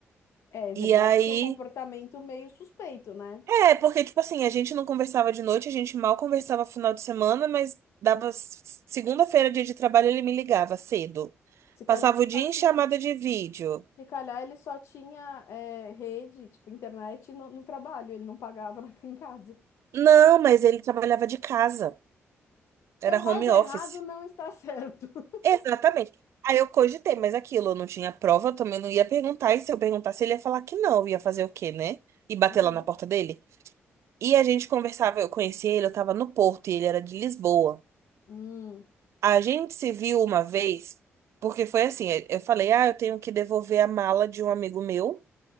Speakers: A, on the left; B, on the right.
A: É, é verdade
B: E aí.
A: que é um comportamento meio suspeito, né?
B: É, porque, tipo assim, a gente não conversava de noite, a gente mal conversava final de semana, mas dava s- segunda-feira, dia de trabalho, ele me ligava cedo.
A: Se calhar
B: Passava
A: ele
B: o dia
A: só
B: em
A: tinha,
B: chamada de vídeo.
A: se calhar ele só tinha é, rede, tipo, internet no, no trabalho, ele não pagava <laughs> na- em casa.
B: Não, mas ele trabalhava de casa.
A: Então,
B: Era home
A: algo errado
B: office.
A: não está certo. <laughs>
B: Exatamente. Aí eu cogitei, mas aquilo, eu não tinha prova, eu também não ia perguntar. E se eu perguntasse, ele ia falar que não, eu ia fazer o quê, né? E bater
A: Uhum.
B: lá na porta dele. E a gente conversava, eu conheci ele, eu tava no Porto e ele era de Lisboa.
A: Hum,
B: A gente se viu uma vez, porque foi assim, eu eu falei, ah, eu tenho que devolver a mala de um amigo meu,